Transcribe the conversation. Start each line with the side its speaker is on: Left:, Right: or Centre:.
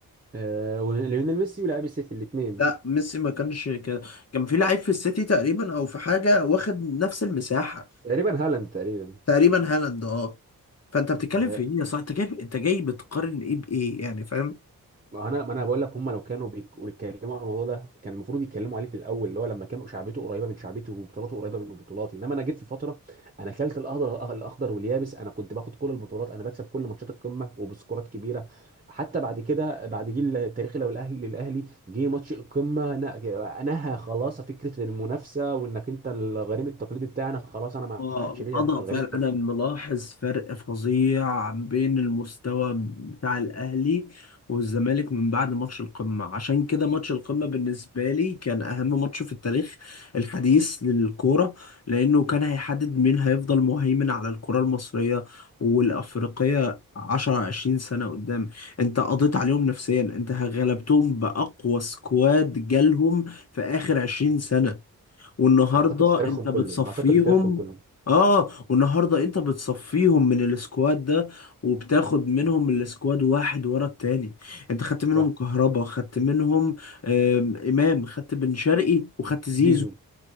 Right: آه وليونيل ميسي ولاعب السيتي الاثنين
Left: لا ميسي ما كانش كده. كان في لعيب في السيتي تقريبا او في حاجة واخد نفس المساحة
Right: تقريبا هالاند تقريبا
Left: تقريبا هالاند اه فانت بتتكلم
Right: آه،
Left: في ايه يا صاحبي انت جاي انت جاي بتقارن ايه بايه يعني فاهم
Right: ما انا ما انا بقول لك هم لو كانوا بيك- بيتكلموا على الموضوع ده كان المفروض يتكلموا عليه في الاول اللي هو لما كانوا شعبيته قريبه من شعبيته وبطولاته قريبه من بطولاتي انما انا جيت في فتره انا كلت الاخضر الاخضر واليابس انا كنت باخد كل البطولات انا بكسب كل ماتشات القمه وبسكورات كبيره حتى بعد كده بعد جيل التاريخي لو الاهلي للاهلي جه ماتش القمه أنا- نهى خلاص فكره المنافسه وانك انت الغريم التقليدي بتاعنا خلاص انا ما
Left: اه
Right: عادش
Left: الوضع
Right: ليا غريم
Left: فعلا انا ملاحظ فرق فظيع بين المستوى بتاع الاهلي والزمالك من بعد ماتش القمه عشان كده ماتش القمه بالنسبه لي كان اهم ماتش في التاريخ الحديث للكوره لانه كان هيحدد مين هيفضل مهيمن على الكره المصريه والافريقيه 10 20 سنه قدام انت قضيت عليهم نفسيا انت غلبتهم باقوى سكواد جالهم في اخر 20 سنه والنهارده
Right: اعتقد في تاريخهم
Left: انت
Right: كله
Left: بتصفيهم
Right: اعتقد في تاريخهم كله
Left: اه والنهارده انت بتصفيهم من السكواد ده وبتاخد منهم السكواد واحد ورا التاني انت خدت منهم
Right: صح
Left: كهربا خدت منهم آم، امام خدت بن شرقي وخدت زيزو
Right: زيزو